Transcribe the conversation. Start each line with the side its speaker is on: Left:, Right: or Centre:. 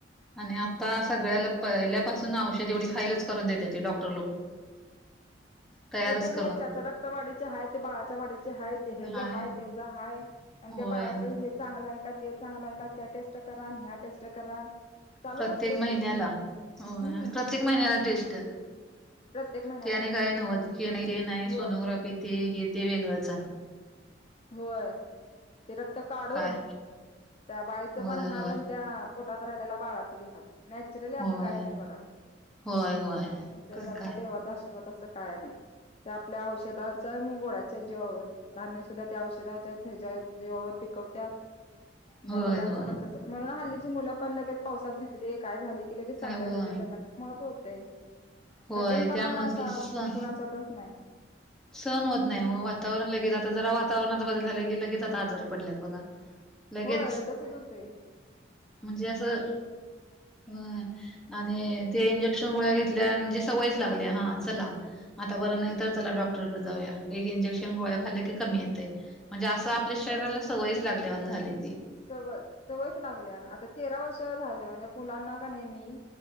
Centre: आणि आता सगळ्याला पहिल्यापासून औषध एवढी फाईलच करून देते ती डॉक्टर
Left: <unintelligible>
Centre: तयारच
Left: अ त्या घ्यायच्याच्या
Centre: करून
Left: रक्त वाडीचे आहे ते बाळाच्या वाडीचे आहेय ते ह
Centre: हाय
Left: ज आहेय तेज आहे आणि
Centre: होय
Left: ते बाळाचं हे चांगलं आहे का ते चांगलं आहे का त्या टेस्ट करा आणि ह्या टेस्ट करा चालूच
Centre: प्रत्येक
Left: असतंय
Centre: महिन्याला
Left: ते
Centre: हो
Left: हम्म
Centre: आणि प्रत्येक महिन्यात
Left: प्रत्येक महिन्याला
Centre: त्याने काय नव्हत हे नाही
Left: होय
Centre: सोनोग्राफी ते हे ते वेगळंच आहे
Left: होय ते रक्त काढून
Centre: काय
Left: त्या बाईचं
Centre: होय
Left: पण हाल
Centre: होय
Left: त्या पोटात राहिल्याला बाळाच बी हाल नॅचरली असं
Centre: होय
Left: काही नाही बघा
Centre: होय होय
Left: निसर्गाचा
Centre: तर काय
Left: देवाचा आशीर्वाद असं काय नाही ते आपल्या औषधाच्या आणि गोळ्या जीवावर धान्य सुद्धा त्या औषधाच्या ह्याच्या जीवावर पिकवतात
Centre: होय
Left: त्या मुलांचं
Centre: होय
Left: पण तसच म्हणून हल्लीची मुलं पण लगेच पावसात भिजली काय झाली की लगेच
Centre: काय
Left: सरदा्या
Centre: होय
Left: बिरद्या लगेच त्यामुळेच होतय
Centre: होय
Left: कठीण पणा
Centre: त्यामुळेच
Left: असा
Centre: की सण
Left: कुणाच्यातच नाही
Centre: सण होत नाही ओ वातावरण लगेच आता जरा वातावरणात बदल झालं की लगेच आता आजारी पडल्यात बघा लगेच
Left: होय तसच होतंय
Centre: म्हणजे असं होय आणि ते इंजेक्शन गोळ्या घेतल्या म्हणजे सवयच लागल्या हा चला आता बरं नाही तर चला डॉक्टरकडे जाऊया एक इंजेक्शन गोळ्या खाल्ल्या की कमी येते म्हणजे असं आपल्या
Left: होय
Centre: शरीराला सवयच लागल्यावाणी झाले
Left: सवय सवयच लागल्या आता तेरा वर्ष झाल्या म्हणजे मुलांना का नाही मी